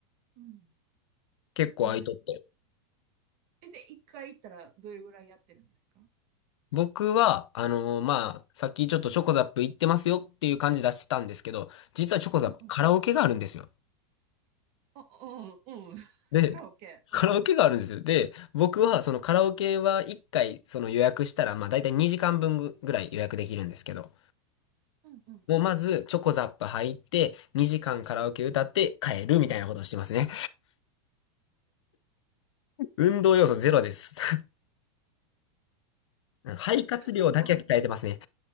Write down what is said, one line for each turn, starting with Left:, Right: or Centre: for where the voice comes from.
Right: うん。
Left: 結構空いとって。
Right: へえ。え、で、一回行ったらどれぐらいやってるんですか
Left: 僕は、あのーまあ、
Right: うん。
Left: さっきちょっとチョコザップ行ってますよっていう感じ出してたんですけど、実はチョコザップカラオケがあるんですよ。
Right: うんうん。あ、うん、うん。<laughs>
Left: で、
Right: カラオケ。
Left: カラオケがあるんですよ。
Right: うん。
Left: で、僕はそのカラオケは1回その予約したら、
Right: うん。
Left: まあ大体2時間分ぐぐらい予約できるんですけど、
Right: うん、うん、
Left: もうまずチョコザップ入って、
Right: うん。
Left: 2時間カラオケ歌って帰るみたいなことをしてますね。
Right: うんうん。
Left: <laughs> 運動要素ゼロです。うん肺活量だけは鍛えてますね。
Right: でも、